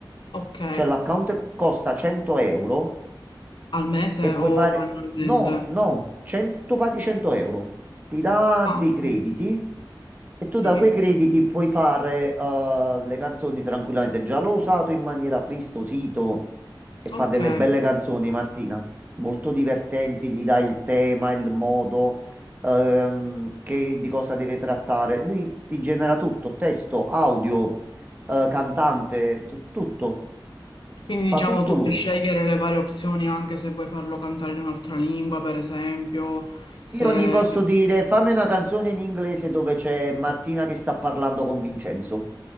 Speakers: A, on the left (about 70°); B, on the right (about 20°).
A: Ok,
B: Cioè, l'account costa 100 euro
A: al mese
B: e puoi
A: o
B: fare
A: annualmente?
B: no, no, 100 paghi 100 euro. Ti dà
A: Ah,
B: dei
A: ok,
B: crediti e tu
A: sì,
B: da quei crediti puoi fare eh, le canzoni tranquillamente. Già l'ho usato in maniera fristosito e fa
A: ok.
B: delle belle canzoni, Martina. Molto divertenti, gli dai il tema, il modo, ehm, che, di cosa deve trattare. Lui ti genera tutto, testo, audio, eh, cantante, tu- tutto.
A: Quindi
B: Fa
A: diciamo
B: tutto
A: tu
B: lui.
A: puoi scegliere le varie opzioni anche se vuoi farlo cantare in un'altra lingua, per esempio, se...
B: Io gli posso dire, fammi una canzone in inglese dove c'è Martina che sta parlando con Vincenzo.